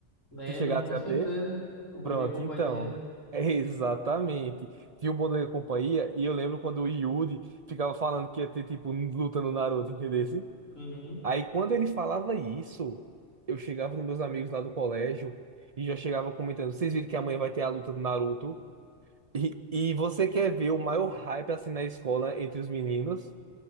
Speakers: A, on the left; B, on the right.
A: Lembro,
B: Tu chegasse
A: com certeza.
B: a ver?
A: Um Bom
B: Pronto,
A: Dia e Companhia.
B: então. É exatamente. Tinha um bom da companhia e eu lembro quando o Yuri ficava falando que ia ter, tipo, luta no Naruto, entendesse?
A: Uhum.
B: Aí quando ele falava isso, eu chegava nos meus amigos lá do colégio e já chegava comentando: vocês viram que amanhã vai ter a luta do Naruto? E, e você quer ver o maior hype assim na escola entre os meninos?